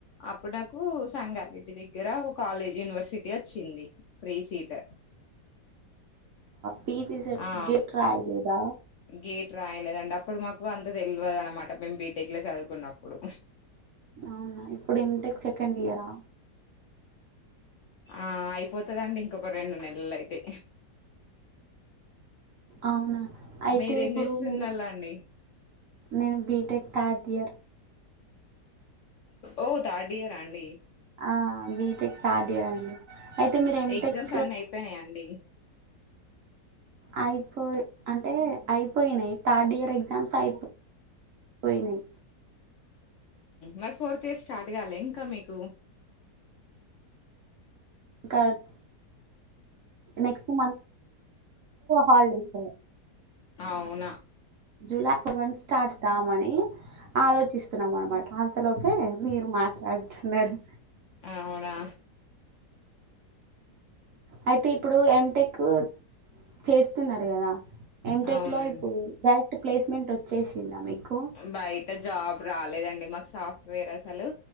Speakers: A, on the left (about 70°); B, on the right (about 60°).
A: అప్పుడు నాకు సంగారెడ్డి దగ్గర కాలేజ్ యూనివర్సిటీ వచ్చింది ఫ్రీ సీట్
B: పిజి సెట్
A: ఆ
B: గెట రాయిదిదా
A: గేట్ రాయలేదండి అప్పుడు మాకు అంత తెలియవదు అనమాట మేము బీటెక్ లో చదువుకున్నప్పుడు
B: అవునా ఇప్పుడు ఎమిటెక్ సెకండ్ ఇయరా
A: ఆ అయిపోతుదండి ఇంకొక రెండు నెలలు అయితే
B: అవునా అయితే
A: మీరేం
B: ఇప్పుడు
A: చేస్తున్నళ్ళండి
B: మీరు నేను బీటెక్ తాతయర్
A: ఓ దాటి రాణ
B: ఆ బీటెక్ థర్డ్ ఇయర్ అండి అయితే మీరు ఎటెక్
A: ఎగ్జామ్స్ అన్ని అయిపోయినాయా అండి
B: అయిపోయి అంటే అయిపోయినాయి్ థర్డ్ ఇయర్ ఎగ్జామ్స్ అయిపో కోయి న
A: మరి ఫోర్త్ ఇయస్ స్టార్ట్ కాలి ఇంకా మీకు
B: ఇ కార్ట్ నెక్స్ట్ మంతంత్ హాలిడేస్
A: అ ఉ
B: జూలై ఫర్ వన్ స్టార్ట్ దామని ఆలోచిస్తున్నాం అనమాట పాతలోపే మీరు మాట్లాడుతున్నారు
A: అవునా
B: అయితే ఇప్పుడు ఎటెక్ చేస్తున్నారు కదా ఎటెక్
A: అవునండి
B: లో ఇప్పుడు డైరెక్ట్ ప్లేస్మెంట్ వచ్చేసిందా మీకు
A: బయట జాబ్ రాలేదండి మాకు సాఫ్ట్వేర్ అసలు